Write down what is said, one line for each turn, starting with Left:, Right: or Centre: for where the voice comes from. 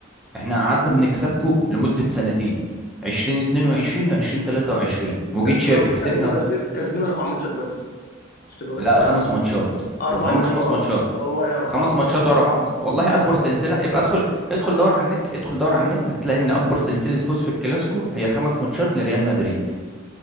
Centre: احنا قعدنا بنكسبكم لمدة سنتين 2022 و20 23 وجيت
Left: كسبين
Centre: شافي
Left: أربع...
Centre: كسبنا
Left: انتوا كسبين كسبين اربع ماتشات بس مش تبقى بس
Centre: لا
Left: تبقى
Centre: خمس ماتشات
Left: اربع
Centre: كسبانين
Left: ماتشات
Centre: خمس
Left: ورا
Centre: ماتشات
Left: بعض والله اربعه
Centre: خمس ماتشات ورا بعض والله
Left: انا
Centre: اكبر
Left: بقول لك
Centre: سلسله
Left: اربعه
Centre: ابقى ادخل ادخل دور على النت ادخل دور على النت هتلاقي ان اكبر سلسله فوز في الكلاسيكو هي خمس ماتشات لريال مدريد